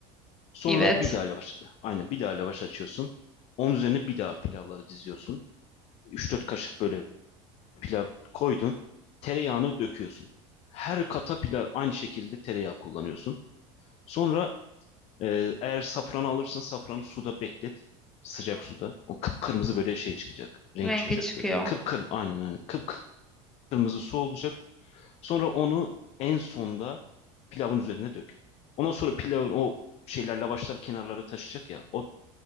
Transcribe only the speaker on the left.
Sonra
bir daha lavaş, aynen bir daha lavaş açıyorsun. Onun üzerine bir daha pilavları diziyorsun. üç dört kaşık böyle pilav koydun. Tereyağını döküyorsun. Her kata pilav aynı şekilde tereyağı kullanıyorsun. Sonra e, eğer safranı alırsan safranı suda beklet. Sıcak
suda. O kıpkırmızı böyle şey çıkacak. Renk
çıkacak
böyle. Kıpkırmızı aynen aynen. Kıpkırmızı su olacak. Sonra onu en sonda pilavın üzerine dök. Ondan sonra pilavın o şeyler lavaşlar kenarlara taşacak ya. O